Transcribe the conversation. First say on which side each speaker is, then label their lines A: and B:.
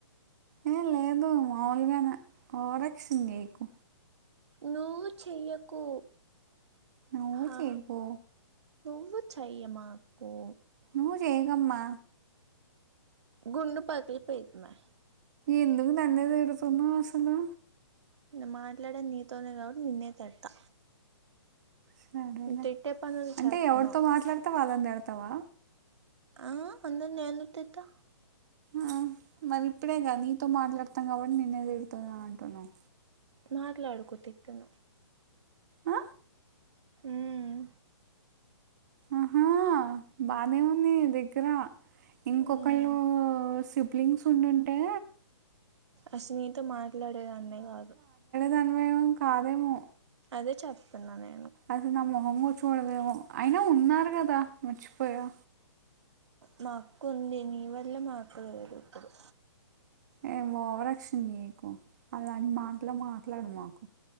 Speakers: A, on the right; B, on the right.
A: ఏ లేదు మాములుగానే ఓవర్ యాక్షన్ చేయకు
B: నువ్వు చెయ్యకు
A: నువ్వు
B: హా
A: చెయ్యకు
B: నువ్వు చెయ్యమాకు
A: నువ్వు చేయకమ్మా
B: గుండు పగిలి పోయిద్దిమే
A: ఎందుకు నన్నే తిడుతున్నావ్ అసలు
B: నేను మాట్లాడే నీతోనే కాబట్టి నిన్నే తిడతా
A: సరేలే
B: తిట్టే పనులు
A: అంటే
B: చేస్తున్నావు
A: ఎవరితో మాట్లాడితే వాళ్ళని తిడతావా
B: ఆ అందరినీ నేను ఎందుకు తిడతా
A: ఆ మరి ఇప్పుడేగా నీతో మాట్లాడత కాబట్టి నిన్నే తిడుతున్నా అంటున్నావు
B: మాట్లాడుకో తిట్టను
A: అ
B: ఉమ్మ్
A: ఆహా బానే నీ దగ్గర ఇంకొకళు
B: ఉమ్.
A: సిబ్లింగ్స్ ఉండుంటే
B: అసలు నీతో మాట్లాడేదాన్నే కాదు
A: దానివేం కాదేమో
B: అదే చెప్తున్నానే
A: అసలు నా మొహం కూడా చూడవేమో అయినా ఉన్నారు కదా మర్చిపోయా
B: మా అక్క ఉంది నీ వల్లే మాకు వేరు ఇప్పుడు
A: ఏ ఓవరాక్షన్ చేయకు అలాంటి మాట్లే మాట్లాడ మాకు